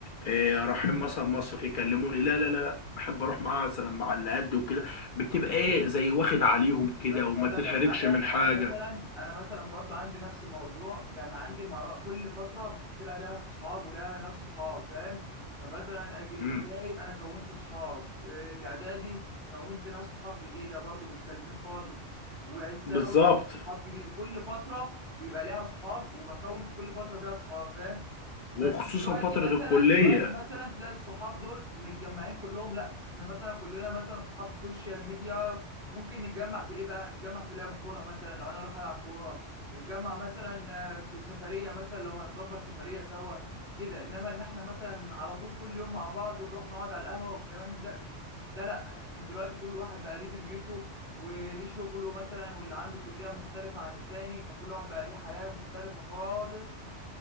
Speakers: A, on the left (about 55°); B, on the right (about 25°).
A: إيه، رايحين مثلا مصيف يكلموني لا لا لا احب اروح معاها مثلا مع اللي قد وكده بتبقى ايه زي واخد عليهم كده
B: بس
A: وما
B: اقول
A: تتحركش
B: لك على حاجه
A: من حاجه
B: انا مثلا انا مثلا برضو عندي نفس الموضوع كان عندي مراء كل فتره بحصل عليها في صحاب ولا ناس صحاب فاهم فمثلا اجي الابتدائي
A: امم
B: انا كونت صحاب الاعدادي كونت ناس صحاب جديده برضو مختلفين خالص والثانوي
A: بالظبط
B: كونت صحاب جديده كل فتره بيبقى ليها صحاب وبكون في كل فتره فيها صحاب فاهم
A: وخصوصا
B: بس دلوقتي
A: فتره
B: مثلا
A: الكليه
B: دلوقتي مثلا تلاقي الصحاب دول متجمعين كلهم لا احنا مثلا كلنا مثلا صحاب السوشيال ميديا ممكن نتجمع في ايه بقى نتجمع في لعب كوره مثلا لو انا اروح العب كوره نتجمع مثلا آه، في سفريه مثلا لو هنظبط سفريه سوا كده انما ان احنا مثلا على طول كل يوم مع بعض ونروح نقعد على القهوه والكلام من ده ده لا احنا دلوقتي كل واحد بقى ليه دنيته وليه شغله مثلا واللي عنده كليه مختلفه عن التاني فكل واحد بقى ليه حياه مختلفه خالص